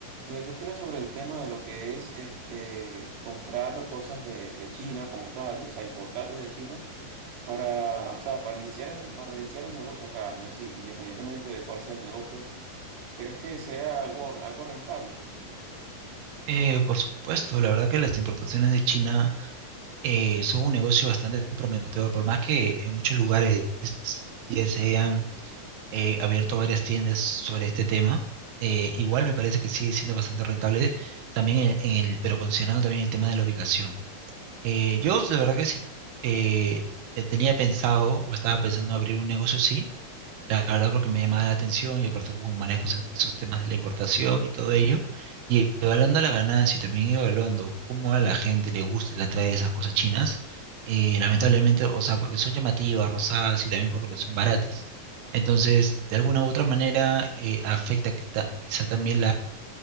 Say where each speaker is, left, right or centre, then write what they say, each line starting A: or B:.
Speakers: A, on the right; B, on the right.
A: Oye, ¿qué opinas sobre el tema de lo que es este comprar cosas de, de China como tal, o sea, importar desde China para, o sea, para iniciar el- para iniciar un negocio acá, es decir, independientemente de cuál sea el negocio, ¿crees que sea algo, algo rentable?
B: Eh, por supuesto, la verdad que las importaciones de China eh, son un negocio bastante prometedor, por más que en muchos lugares ya se hayan eh, abierto varias tiendas sobre este tema, eh, igual me parece que sigue siendo bastante rentable también en, en el, pero considerando también el tema de la ubicación. Eh, yo la verdad que sí eh, eh, tenía pensado o estaba pensando abrir un negocio, sí, la verdad porque me llamaba la atención y aparte como manejo esos, esos temas de la importación y todo ello, y evaluando la ganancia y también evaluando cómo a la gente le gusta y le atrae esas cosas chinas, eh, lamentablemente, o sea, porque son llamativas, rosadas y también por lo que son baratas. Entonces, de alguna u otra manera, eh, afecta quita- quizá también